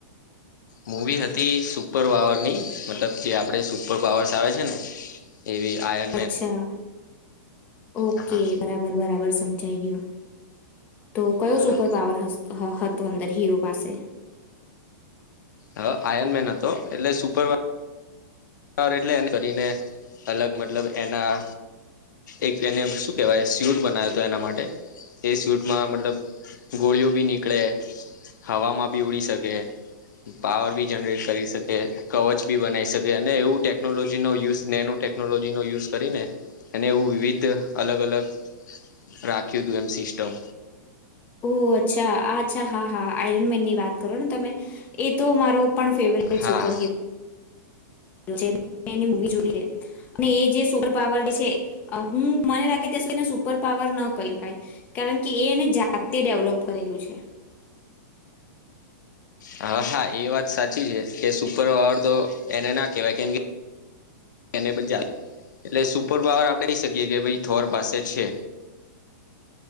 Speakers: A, on the left; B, on the left.
A: મૂવી હતી સુપર પાવરની મતલબ જે આપણે સુપર પાવર્સ આવે છે ને. એવી આયાત
B: અચ્છા ઓકે
A: એ હા
B: બરાબર બરાબર સમજ. થઈ ગયું તો કયો
A: હા
B: સુપર પાવર હ હતો અંદર હીરો પાસે.
A: હ આયનમેન હતો એટલે સુપરવા પાવર એટલે એન કરીને અલગ મતલબ એના એક એને શું કેહેવાય સિવઉડ બનાવ્યો હતો એના માટે એ સિવઉડમાં મતલબ ગોળીઓ બી નીકળે હવામાં બી ઉડી શકે. પાવર ભી જનરેટ કરી શકે કવચ બી બનાઈ શકે. અને એવું ટેકનોલોજી નો યુઝ નેનો ટેકનોલોજી નો યુઝ કરી ને. અને એવું વિવિધ અલગ અલગ રાખ્યું હતું એમ સિસ્ટમ.
B: ઓ અચ્છા આચ્છા હા હા આયરન મેન ની વાત કરો ને તમે એ તો મારો પણ ફેવરેટ
A: હા
B: સુપર હિરો જેમ એની મુવી જોઈ ને એ જે સુપર પાવર ની છે અ હું મને લાગે ત્યાં સુધીને સુપર પાવર ન કહી હકાએ કારણ કે એ એને જાતે ડેવલોપ કરેલું છે.
A: હા હા એ વાત સાચી છે કે સુપર પાવર તો એને ના કેવાય કેમ કે એને બધ જાત એટલે સુપર પાવર આપડે કઈ શકીએ કે ભાઈ થોર પાસે છે.